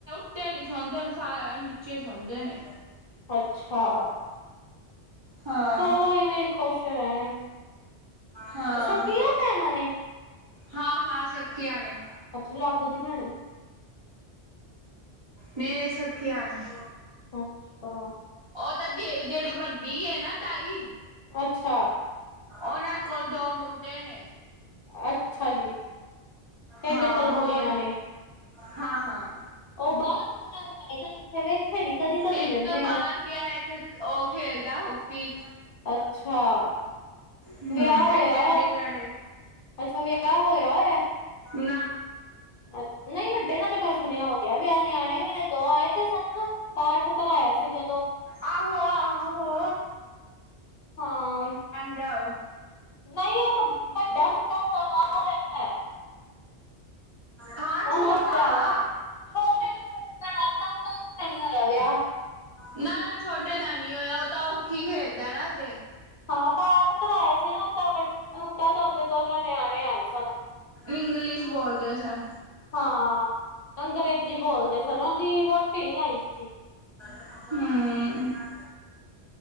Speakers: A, on the right; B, on the left.
A: ਉਤੇ ਨੀ ਸੌਦੇ, ਹੁਣ ਸ ਨੀਚੇ ਸੌਦੇ ਨੇ
B: ਅੱਛਾ।
A: ਹਾਂ,
B: ਚਲੋ, ਇਵੇਂ ਹੀ ਖੁਸ਼ ਰਹਿਣ
A: ਹਾਂ,
B: ਸਕੀਆਂ ਭੈਣਾਂ ਨੇ
A: ਹਾਂ-ਹਾਂ ਸਕਿਆ ਨੇ
B: ਅੱਛਾ, ਲਾਗੋ ਦੀ ਨਿਆਨੀ
A: ਮੇਰੀ ਸਖੀ ਐਵੇ ਹੀ
B: ਅੱਛਾ।
A: ਉਹ ਤਾਂ ਗੇ, ਜਿਹੜੀ ਵੱਡੀ ਹੈ ਨਾ ਤਾਈ
B: ਅੱਛਾ।
A: ਉਹਨਾਂ ਕੋਲ ਦੋ ਮੁੰਡੇ ਨੇ
B: ਅੱਛਾ ਜੀ।
A: ਹਾਂ
B: ਐਦੇ ਕੋਲ ਕੁੜੀਆਂ
A: ਹੋਰ
B: ਨੇ
A: ਹਾਂ-ਹਾਂ।
B: ਉਹ ਬਾਹਰ ਦੇ ਘਰ ਰੈ ਕੇ ਕਿਥੇ ਵੇਖੇ ਨੀ, ਕਦੀ ਕਦੀ
A: ਇੱਕ
B: ਵਹਿੰਨੇ
A: ਬਾਹਰ
B: ਆ
A: ਗਿਆ ਇੱਕ ਉਹ ਖੇਲਦਾ ਹੋ ਕੀ
B: ਅੱਛਾ,
A: ਹੂੰ
B: ਵਿਆਹ ਹੋਇਆ
A: ਇੱਕ ਚੰਡੀਗੜ੍ਹ ਏ।
B: ਅੱਛਾ, ਵੀ ਵਿਆਹ ਹੋਇਆ ਹੋਇਆ
A: ਨਾ
B: ਅੱ ਨਹੀਂ ਵੱਡੇ ਦਾ ਤੇ ਮੈਂ ਸੁਣਿਆ ਹੋ ਗਿਆ ਵਿਆਹ, ਨਿਆਣੇ ਵੀ ਨੇ, ਦੋ ਆਏ ਤੇ ਸਨ ਪਾਠ ਧਰਾਇਆ ਸੀ ਜਦੋਂ
A: ਆਹੋ-ਆਹੋ
B: ਹਾਂ
A: ਜਾਓ
B: ਨਹੀਂ ਉਹ ਤਾਂ ਵੱਡਾ ਮੁੰਡਾ ਹੁੰਦਾ ਬਾਹਰ ਰਹਿੰਦਾ।
A: ਹਾਂ
B: ਉਹਦਾ
A: ਛੋਟਾ
B: ਵਿਆਹ
A: ਆ
B: ਹੋਇਆ। ਛੋਟੇ ਤੇ ਚੰਡੀਗੜ੍ਹ ਰਹਿੰਦਾ, ਔ ਦਾ, ਤੇ ਨਹੀਂ ਹੋਇਆ ਵਿਆਹ
A: ਨਾ-ਨਾ ਛੋਟੇ ਦਾ ਨਹੀਂ ਹੋਇਆ, ਉਹ ਤਾਂ ਹੌਕੀ ਖੇਲਦਾ ਨਾ ਹਜੇ
B: ਹਾਂ ਧਰਾਇਆ ਸੀ ਨਾ, ਔ ਤਾਂ ਵੱ ਹੁਣ ਤਾਂ ਔ ਦੇ, ਦੋਨੋ ਨਿਆਣੇ ਆਏ ਸਨ
A: ਇੰਗਲਿਸ਼ ਬੋਲਦੇ ਸਨ
B: ਹਾਂ ਅੰਗਰੇਜ਼ੀ ਬੋਲਦੇ ਸਨ, ਉਹਦੀ ਵਹੁਟੀ ਹੀ ਨਹੀਂ ਆਈ ਸੀ
A: ਹੂ